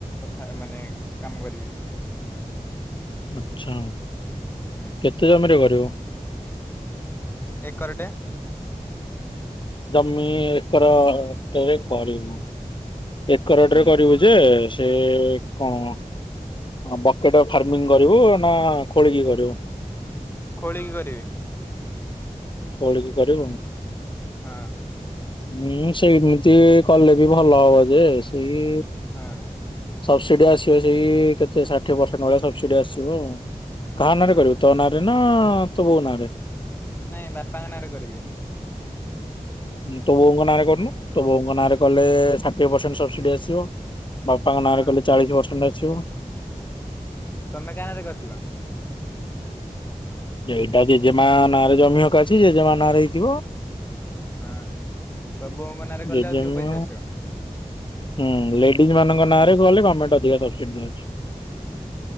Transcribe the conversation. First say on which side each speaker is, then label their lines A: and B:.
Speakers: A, on the left (about 15°); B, on the left (about 35°).
A: କଥା ମାନେ କାମ କରିବି।
B: ଆଛା ଉଁ।
A: ହୁଁ।
B: କେତେ ଜମିରେ କରିବୁ?
A: ଏକରଟେ।
B: ଜମି ଏକର ଟରେ କରିବୁ ଏକର
A: ହୁଁ
B: ଟରେ କରିବୁ ଯେ ସେ କଣ ହଁ ବକେଟ ଫାର୍ମିଂ କରିବୁ ନା ଖୋଳିକି କରିବୁ?
A: ଖୋଳିକି କରିବି।
B: ଖୋଳିକି କରିବୁ?
A: ହଁ।
B: ହୁଁ ସେମିତି କଲେ ବି ଭଲ ହବ ଯେ ସେଇ
A: ହଁ।
B: ସବସିଡି ଆସିବ ସେଇ କେତେ ଷାଠିଏ ପରସେଟ ଭଳିଆ ସବସିଡି ଆସିବ ଆଉ। କାହା
A: ହଁ
B: ନାଁ ରେ କରିବୁ ତୋ ନାଁ ରେ ନା ତ ବୋଉ ନାଁ ରେ?
A: ନାଇଁ ବାପାଙ୍କ ନାଁରେ କରିବି।
B: ତୋ ବୋଉଙ୍କ ନାଁରେ କରନୁ ତୋ ବୋଉଙ୍କ ନାଁରେ କଲେ ଷାଠିଏ ପରସଣ୍ଟ ସବସିଡ଼ି ଆସିବ ବାପାଙ୍କ
A: ହଁ
B: ନାଁରେ କଲେ ଚାଳିଶ ପରସେଣ୍ଟ ଆସିବ।
A: ତମେ କାହା ନାଁ ରେ କରିଥିଲ?
B: ଏଇଟା ଜେଜେମା ନାଁରେ ଜମିହକା ଅଛି ଜେଜେମା ନାଁରେ ହେଇଥିବ।
A: ହଁ ତ ବୋଉ ଙ୍କ ନାରେ କଲେ
B: ଜେଜେମା
A: ଅଧିକ ପଇସା ଆସି?
B: ହୁଁ, ଲେଡିଜ ମାନଙ୍କ ନାଁରେ କଲେ ଗମେଣ୍ଟ ଅଧିକ ସବସିଡି ଦଉଛି।
A: ହୁଁ,